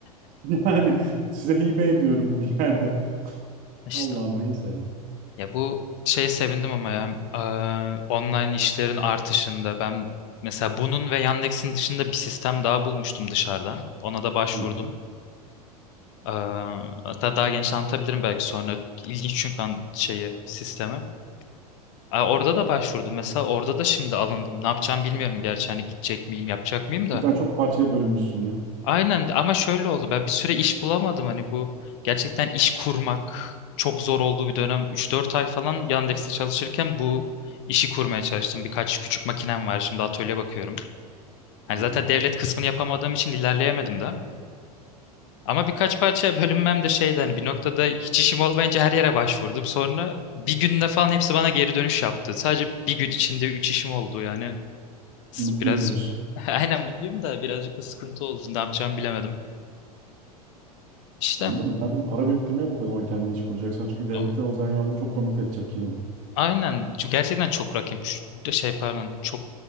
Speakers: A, on the right; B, on the left.
A: Yani size hibe ediyorum bir yerde.
B: İşte
A: Allah'ım neyse ya.
B: ya bu şeye sevindim ama ya eee, online işlerin artışında ben mesela bunun ve Yandex'in dışında bir sistem daha bulmuştum dışarıda. Ona da başvurdum.
A: Hı hı,
B: Ee, hatta daha genç anlatabilirim belki sonra. İlginç çünkü an- şeyi, sistemi. Aa, Orada da başvurdum. Mesela orada da şimdi alındım. Ne yapacağım bilmiyorum gerçi. Hani gidecek miyim, yapacak mıyım da.
A: Sen çok parçaya bölünmüşsün ya.
B: Aynen ama şöyle oldu. Ben bir süre iş bulamadım. Hani bu gerçekten iş kurmak çok zor olduğu bir dönem. üç dört ay falan Yandex'te çalışırken bu işi kurmaya çalıştım. Birkaç küçük makinem var. Şimdi atölye bakıyorum. Hani
A: hı
B: zaten
A: hı.
B: devlet kısmını yapamadığım için ilerleyemedim de. Ama birkaç parça bölünmem de şeydi hani bir noktada hiç işim olmayınca her yere başvurdum. Sonra bir günde falan hepsi bana geri dönüş yaptı. Sadece bir gün içinde üç işim oldu yani
A: Mutluyum
B: biraz
A: diyorsun.
B: <laughs> aynen mutluyum da birazcık da sıkıntı oldu. Ne yapacağımı bilemedim. İşte
A: Anladım. Bir yerden para biriktirmeye bak o zaman kendini iş kuracaksan. Çünkü devletten
B: a-
A: alacağın yardım çok komik kaçacak yine de.
B: aynen Şu gerçekten çok rakip Şu- de şey pardon çok